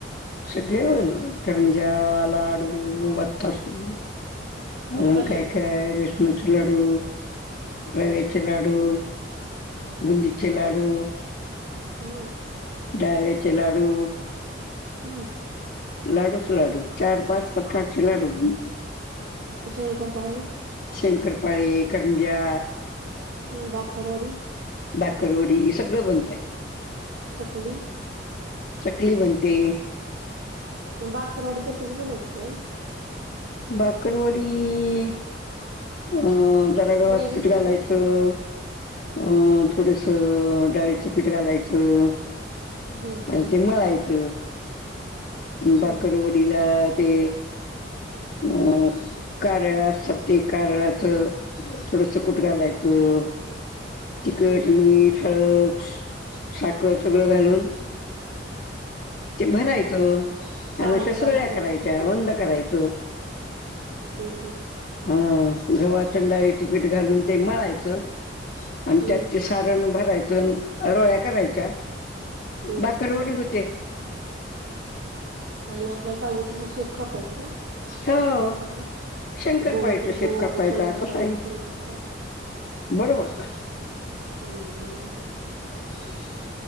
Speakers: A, on the left (about 45°); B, on the right (about 80°).
A: सगळे बनवतो करंज्या लाडू बत्ताशे.
B: बत्ताशे
A: अजून काय काय बेसनाचे लाडू रव्याचे लाडू. बुंदीचे लाडू
B: हम्
A: डाळव्याचे लाडू.
B: हम्म
A: लाडूच लाडू चार पाच प्रकारचे लाडू.
B: शंकर पाळे
A: शंकरपाळे करंज्या.
B: ह बाकरवडी
A: बाकरवडी सगळं बनतय.
B: चकली
A: चकली बनते.
B: बाकरवडी कशाची बनवतेत ताई?
A: बकरवाडी ईईईई अं जरा गव्हाच
B: मैद्याची
A: पीठ
B: असते
A: घालायचं.
B: का?
A: अं थोडस डाळीचं पीठ घालायचं.
B: हम्म
A: अन ते मळायच बाकरवडीला
B: हम्म
A: ते अ कारळ असतात ते कारळाचं थोडस कुट घालायचं. तिखट
B: हम्म
A: मीठ हळद साखर सगळं घालून ते भरायचं
B: सारण
A: आणि अश्या सुरळ्या
B: तयार करायचं
A: करायच्या बंद करायच.
B: हम हम
A: हा गव्हाचं अनं डाळीचं पीठ घालून ते मळायचं. आणि
B: हम्म
A: त्यात ते सारण भरायचं. रोळ्या करायच्या
B: हम्म
A: बाकरवडी होते.
B: आणि आपल्याला पाहिजे तसं शेप कपायचं का?
A: हो
B: आकार कसा
A: शंकरपाळीचा
B: गोल तर
A: शेप
B: गोल
A: कापायचा
B: शंकरपाळेचा
A: कसा आहे
B: शंकरपाळ
A: बरोबर
B: हम् हम् हम्
A: ह